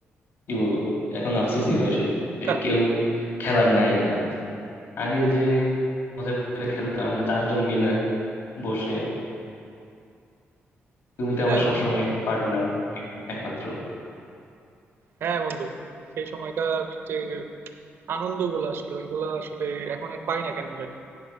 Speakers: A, on the left; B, on the right.
A: কি বলবো এখন আফসোসই হয় শুধু যে
B: <laughs>
A: কেউ খেলার নাই এখন আর। আগে যে মজা করে খেলতাম আমরা চারজন মিলে বসে তুমি
B: সেটাই
A: তো আমার
B: বন্ধু
A: সবসময় পার্টনার একমাত্র
B: হ্যাঁ বন্ধু সেই সময়কার যে আনন্দগুলো আসলে ওইগুলো আসলে এখন আর পাই না কেন জানি